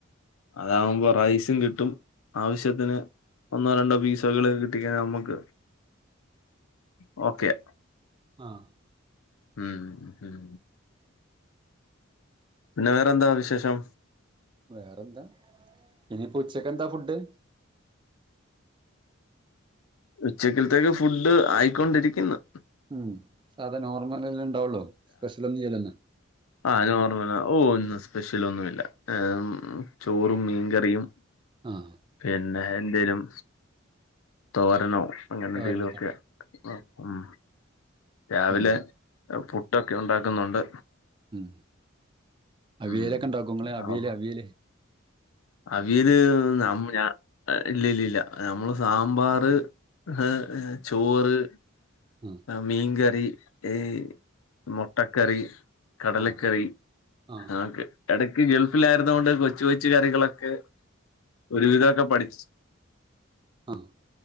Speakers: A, on the left; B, on the right.
A: അതാവുമ്പോ റൈസും കിട്ടും ആവശ്യത്തിന് ഒന്നോ രണ്ടോ പീസ്കള് കിട്ട് എങ്കി നമുക്ക് <inaudible> ഓക്കെ
B: ആഹ്
A: ഉം ഉം പിന്ന വേറെന്താ വിശേഷം
B: വേറെന്താ ഇനിപ്പ ഉച്ചക്ക് എന്താ ഫുഡ്
A: ഉച്ചക്കിൽത്തേക്ക് ഫുഡ് ആയിക്കൊണ്ടിരിക്ക്ന്ന്
B: ഉം സാധാ നോർമലല്ലേ ഇണ്ടാവൂള്ളു സ്പെഷ്യൽ ഒന്നും ചെയ്യ്ലല്ലോ
A: ആഹ് നോർമലാ ഓഹ് ഇന്ന് സ്പെഷ്യൽ ഒന്നുമില്ല ഏ് ചോറും മീൻകറിയും
B: ആഹ്
A: പിന്നെ എന്തെലും തോരനോ അങ്ങനെ
B: തോരനൊക്കെയുണ്ട്
A: എന്തെങ്കിലും ഒക്കെ ഉം രാവിലെ
B: ഉം
A: പുട്ടൊക്കെ ഉണ്ടാക്കുന്നോണ്ട്
B: ഉം അവിയലൊക്കെ
A: ഉം
B: ഉണ്ടാക്കാേങ്ങൾ അവിയല്
A: ആ
B: അവിയല്
A: അവിയല് നമ് ഞാ ഇല്ല ഇല്ലില്ല നമ്മള് സാമ്പാറ് ഹ് അ് ചോറ്
B: ഉം
A: മീൻകറി ഏഹ് മൊട്ടക്കറി കടലക്കറി
B: ആ ആഹ്
A: ആഒക്കെ എടക്ക് ഗൾഫിലാര്ന്നൊണ്ട് കൊച്ച് കൊച്ച് കറികളൊ ഓക്കെ ഒരുവിധൊക്കെ പഠിച്ച്
B: ആഹ്